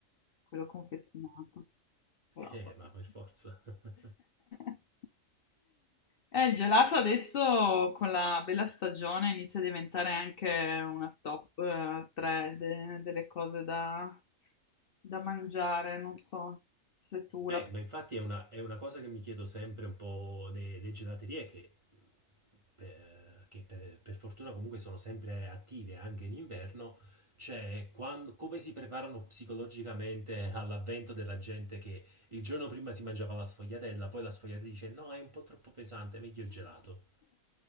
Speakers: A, on the left (about 50°); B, on the right (about 35°).
A: quello confezionato. Però,
B: Eh,
A: vabbè.
B: ma per forza. <laughs>
A: <laughs> Eh, il gelato adesso con la bella stagione inizia a diventare anche una top 3 delle cose da, da mangiare, non so se tu la...
B: Eh, ma infatti è una, è una cosa che mi chiedo sempre un po' de- le, gelaterie, che per- che per, per fortuna comunque sono sempre attive anche in inverno, cioè quando- come si preparano psicologicamente all'avvento della gente che il giorno prima si mangiava la sfogliatella, poi la sfogliatella dice no, è un po' troppo pesante, meglio il gelato.